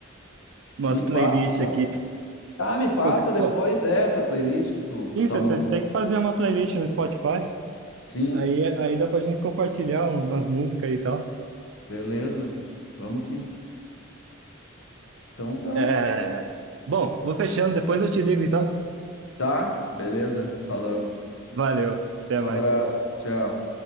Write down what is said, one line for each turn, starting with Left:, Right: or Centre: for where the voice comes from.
Right: umas
Left: me
Right: playlists
Left: passa.
Right: aqui.
Left: Tá, me passa
Right: Qualquer-
Left: depois
Right: Pô,
Left: essa playlist que tu, que
Right: isso,
Left: tu tá montando.
Right: você tem que fazer uma playlist no Spotify.
Left: Sim,
Right: Aí, aí dá pra gente compartilhar umas músicas e tal.
Left: beleza. Vamos sim. Então tá.
Right: É... Bom, vou fechando, depois eu te ligo então.
Left: Tá, beleza. Falamos.
Right: Valeu, até mais.
Left: Um abraço. Tchau.